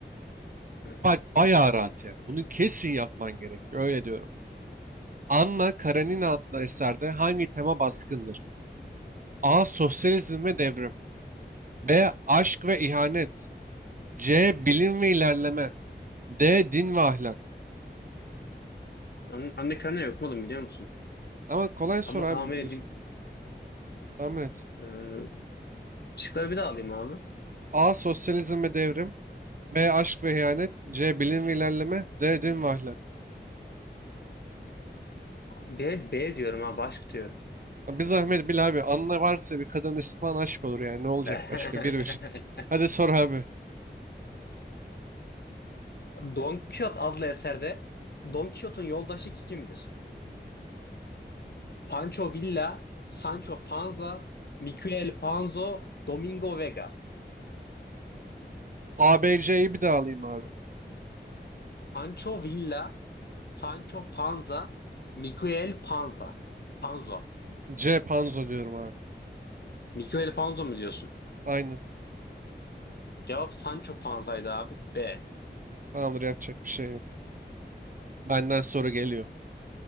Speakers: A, on the left; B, on the right.
A: Hı hı.
B: Bak bayağı rahat ya. Bunu kesin yapman gerekiyor. Öyle diyorum. Anna Karenina adlı eserde hangi tema baskındır? A. Sosyalizm ve devrim. B. Aşk ve ihanet. C. Bilim ve ilerleme. D. Din ve ahlak.
A: An- Anne Karenina okumadım biliyor musun?
B: Ama kolay soru
A: Ama
B: abi
A: tahmin
B: biliyorsun.
A: edeyim.
B: Tahmin et.
A: Ee, şıkları bir daha alayım abi.
B: A. Sosyalizm ve devrim. B. Aşk ve ihanet. C. Bilim ve ilerleme. D. Din ve ahlak.
A: B, B diyorum abi. Aşk diyorum.
B: Abi Bir zahmet bil abi. Anla varsa bir kadın ismi falan aşk olur yani. Ne olacak
A: <laughs> ee,
B: başka? Bir bir. Hadi sor abi.
A: Don Quixote adlı eserde Don Quixote'un yoldaşı kimdir? Pancho Villa, Sancho Panza, Miquel Panzo, Domingo Vega.
B: A, B, C'yi bir daha alayım abi.
A: Pancho Villa, Sancho Panza, Miquel Panza. Panzo.
B: C. Panzo diyorum abi.
A: Miquel Panzo mu diyorsun?
B: Aynen.
A: Cevap Sancho Panza'ydı abi. B.
B: Tamamdır yapacak bir şey yok. Benden soru geliyor.